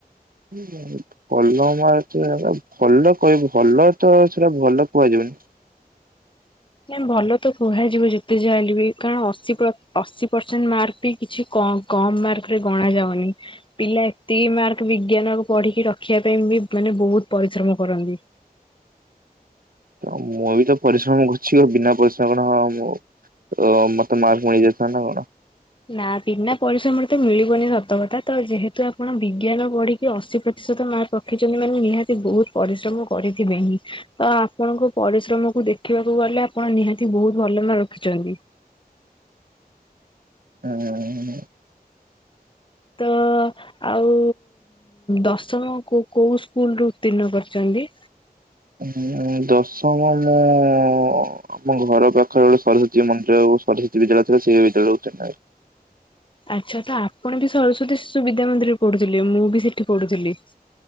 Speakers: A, on the right; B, on the left.
A: <unintelligible> ଭଲ ମାର୍କ ଭଲ କହିବ ଭଲ ତ ସେଟା ଭଲ କୁହାଯିବନି।
B: ନାଇ ଭଲ ତ କୁହାଯିବ ଯେତେ ଯାହାହେଲେ ବି କାରଣ ଅଶୀ ପ୍ର ଅଶୀ ପରସେଣ୍ଟ ମାର୍କ ବି କିଛି କଁ କମ ମାର୍କ ରେ ଗଣା ଯାଉନି? ପିଲା ଏତିକି ମାର୍କ ବିଜ୍ଞାନ ପଢିକି ରଖିବା ପାଇଁ ବି ମାନେ ବହୁତ ପରିଶ୍ରମ କରନ୍ତି।
A: ତ ମୁଁ ବି ତ ପରିଶ୍ରମ କରୁଛି, କ ବିନା ପରିଶ୍ରମରେ ହ ମୁଁ ଅ ମତେ ମାର୍କ ମିଳିଯାଇଥାନ୍ତା କଣ?
B: ନା ବିନା ପରିଶ୍ରମରେ ତ ମିଳିବନି ସତକଥା ତ ଯେହେତୁ ଆପଣ ବିଜ୍ଞାନ ପଢିକି ଅଶୀ ପ୍ରତିଶତ ମାର୍କ ରଖିଛନ୍ତି ମାନେ ନିହାତି ବହୁତ ପରିଶ୍ରମ କରିଥିବେ ହିଁ ତ ଆପଣଙ୍କ ପରିଶ୍ରମକୁ ଦେଖ ଦେଖିବାକୁ ଗଲେ ଆପଣ ନିହାତି ବହୁତ ଭଲ ମାର୍କ ରଖିଛନ୍ତି।
A: ଆଁ।
B: ତ ଆଉ ଦଶମ କୋ କୋଉ ସ୍କୁଲ ରୁ ଉତ୍ତୀର୍ଣ୍ଣ କରିଛନ୍ତି?
A: ଉଁ ଦଶମ ମୁଁ ଆମ ଘର ପାଖରେ ଗୋଟେ ସରସ୍ଵତୀ ମନ୍ଦିର ସରସ୍ୱତୀ ବିଦ୍ୟାଳୟ ଥିଲା ସେଇ ବିଦ୍ୟାଳୟକୁ ଉତ୍ତୀର୍ଣ୍ଣ ହେଲି।
B: ଆଚ୍ଛା ତ ଆପଣ ବି ସରସ୍ଵତୀ ଶିଶୁ ବିଦ୍ୟା ମନ୍ଦିରରେ ପଢୁଥିଲେ, ମୁଁ ବି ସେଠି ପଢୁଥିଲି।